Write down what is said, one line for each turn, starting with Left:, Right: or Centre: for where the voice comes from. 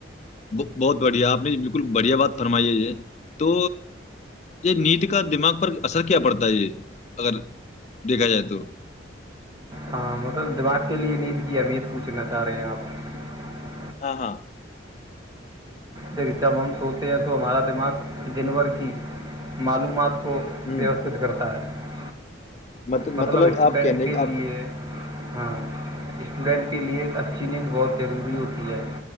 Left: بہت بڑھیا آپ نے بالکل بڑھیا بات فرمائی ہے یہ تو یہ نید کا دماغ پر اثر کیا پڑتا ہے یہ اگر دیکھا جائے تو
Right: ہاں مطلب دماغ کے لیے نیند کی اہمیت پوچھنا رہ آپ <unintelligible>
Left: ہاں ہاں
Right: د جب ہم سوتے ہیں تو ہمارا دماغ دن بھر کی معلومات کو
Left: ہوں
Right: ووستت کرتا ہے <unintelligible>
Left: مت-
Right: مطلب اسٹوڈنٹ
Left: آپ کہنے
Right: کے
Left: آپ
Right: لیے ہاں اسٹوڈینٹ کے لیے اچھی نیند بہت ضروری ہوتی ہے